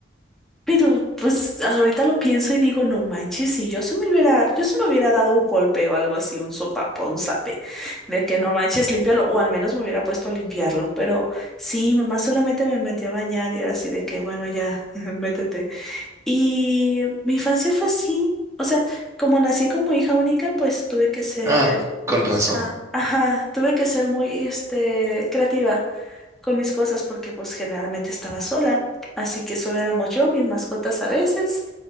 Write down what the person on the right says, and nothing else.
Ah, con razón.